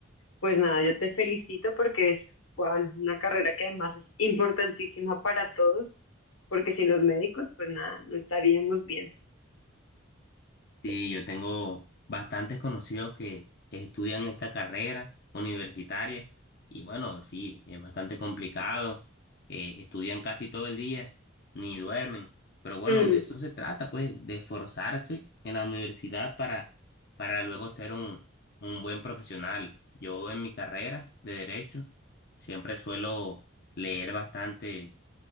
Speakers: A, on the left; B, on the left.
A: pues nada, yo te felicito porque es, bueno, una carrera que además es importantísima para todos, porque sin los médicos, pues nada, no estaríamos bien.
B: Sí, yo tengo bastantes conocidos que estudian esta carrera universitaria y bueno, sí, es bastante complicado, eh, estudian casi todo el día, ni duermen, pero bueno,
A: Mm.
B: de eso se trata, pues, de esforzarse en la universidad para, para luego ser un, un buen profesional. Yo en mi carrera de derecho siempre suelo leer bastante